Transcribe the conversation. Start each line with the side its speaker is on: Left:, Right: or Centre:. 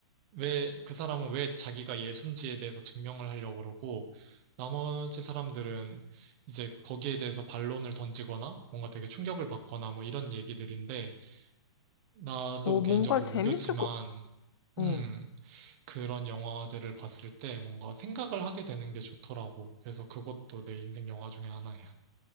Right: 왜 그 사람은 왜 자기가 예순지에 대해서 증명을 하려고 그러고 나머지 사람들은 이제 거기에 대해서 반론을 던지거나 뭔가 되게 충격을 받거나 뭐 이런 얘기들인데 나도
Left: 오,
Right: 개인적으로
Left: 뭔가 재밌을
Right: 무교지만
Left: 거.
Right: 음
Left: 응.
Right: 그런 영화들을 봤을 때 뭔가 생각을 하게 되는 게 좋더라고. 그래서 그것도 내 인생 영화 중에 하나야.